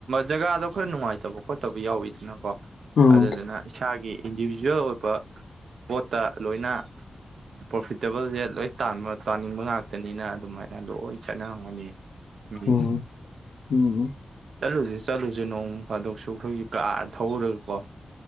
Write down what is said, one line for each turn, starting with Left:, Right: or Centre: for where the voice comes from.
Right: ꯖꯒꯥꯗꯣ ꯈꯔ ꯅꯨꯡꯉꯥꯏꯇꯕ ꯈꯣꯠꯇꯕ ꯌꯥꯎꯋꯤꯗꯅꯀꯣ
Left: ꯎꯝ
Right: ꯑꯗꯨ ꯗꯨꯅ ꯏꯁꯒꯤ ꯏꯟꯗꯤꯕꯤꯖꯨꯋꯦꯜ ꯑꯣꯏꯕ ꯄꯣꯠꯇ ꯂꯣꯏꯅ ꯄ꯭ꯔꯣꯐꯤꯇꯦꯕꯜꯁꯦ ꯂꯣꯏ ꯇꯥꯟꯕ ꯆꯥꯅꯤꯡꯕ ꯉꯥꯛꯇꯅꯤꯅ ꯑꯗꯨꯃꯥꯏꯅ ꯂꯣꯏ ꯆꯠꯅꯔꯝꯒꯅꯤ ꯃꯤꯁꯦ
Left: ꯎꯝ ꯎꯝ ꯎꯝ
Right: ꯆꯠꯂꯨꯁꯤ ꯆꯠꯂꯨꯁꯦ ꯅꯣꯡ ꯐꯥꯗꯣꯛꯁꯨ ꯑꯩꯈꯣꯏꯒꯤ ꯀꯥ ꯊꯎꯔꯒꯀꯣ